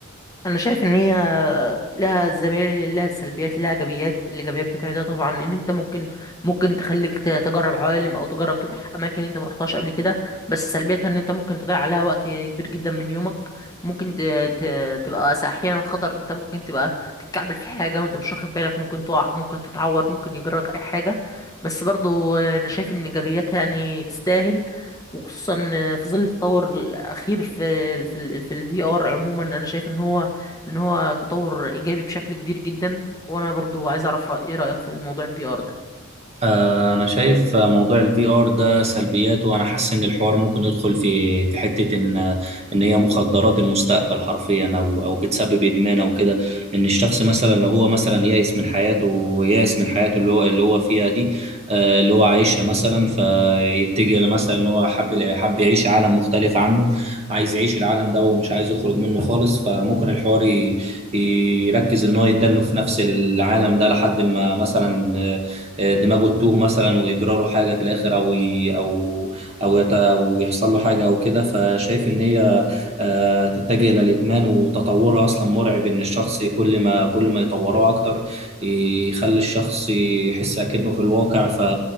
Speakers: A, on the left; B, on the right.
A: انا شايف ان هي لها زميل لها سلبيات لها ايجابيات الايجابيات بتاعتها طبعا ان انت ممكن ممكن تخليك ت- تجرب عوالم او تجرب تروح اماكن انت ما رحتهاش قبل كده بس سلبيتها ان انت ممكن تضيع عليها وقت كبير جدا من يومك ممكن ت... ت... تبقى س- احيانا خطر انت ممكن تبقى تتكعبل في حاجه وانت مش واخد بالك ممكن تقع ممكن تتعور ممكن يجرك اي حاجه بس برضو انا شايف ان ايجابياتها يعني تستاهل وخصوصا في ظل التطور الاخير في في في الفي ار عموما انا شايف ان هو ان هو تطور ايجابي بشكل كبير جدا وانا برضو عايز اعرف رأي- ايه رأيك في موضوع الفي ار ده
B: آه، انا شايف موضوع الفي ار ده سلبياته وانا حاسس ان الحوار ممكن يدخل في في حته ان ان هي مخدرات المستقبل حرفيا او او بتسبب ادمان او كده ان الشخص مثلا لو هو مثلا يائس من حياته يائس من حياته اللي هو اللي هو فيها دي آه، اللي هو عايشها مثلا فيتجه لمثلا ان هو حب حب يعيش عالم مختلف عنه عايز يعيش العالم ده ومش عايز يخرج منه خالص فممكن الحوار ي- يركز ان هو يتدنه في نفس العالم ده لحد ما مثلا آه، آه، دماغه تتوه مثلا ويجرى له حاجه في الاخر او ي- او او يت- أو يحصل له حاجه او كده فشايف ان هي آه، تتجه الى الادمان وتطورها اصلا مرعب ان الشخص كل ما كل ما يطوروه اكتر يخلي الشخص يحس اكنه في الواقع ف